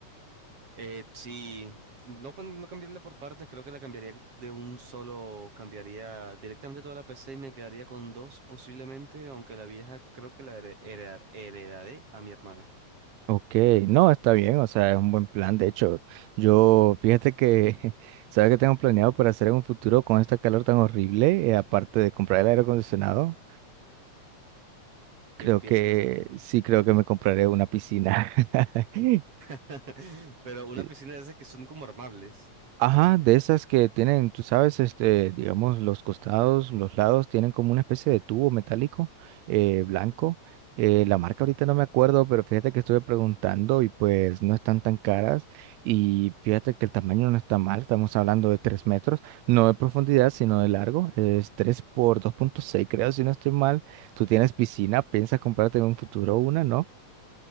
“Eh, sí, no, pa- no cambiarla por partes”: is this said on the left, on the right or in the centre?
Right